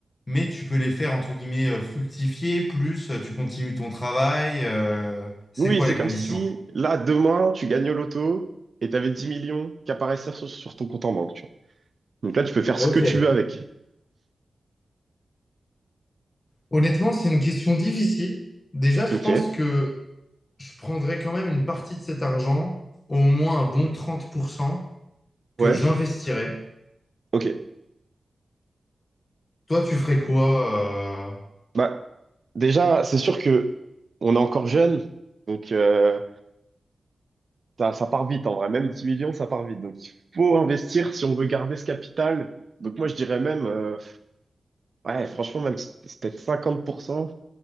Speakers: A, on the left; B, on the right.
A: mais tu peux les faire, entre guillemets, euh, fructifier, plus euh, tu continues ton travail. euh, c'est
B: Oui,
A: quoi
B: oui, c'est
A: les
B: comme
A: conditions
B: si,
A: un peu
B: là, demain, tu gagnes au loto et tu avais 10 millions qui apparaissaient sur, sur ton compte en banque, tu vois. Donc là, tu peux faire
A: Ok.
B: ce que tu veux avec.
A: Honnêtement, c'est une question difficile. Déjà, je
B: Ok.
A: pense que je prendrais quand même une partie de cet argent, au moins un bon 30% que
B: Ouais,
A: j'investirais.
B: ok.
A: Toi, tu ferais quoi, euh,
B: Bah, déjà, c'est sûr que on est encore jeune, donc euh, ça, ça part vite en vrai. Même 10 millions, ça part vite. Donc, il faut investir si on veut garder ce capital. Donc moi, je dirais même... euh, Ouais, franchement, même si c'est peut-être 50%,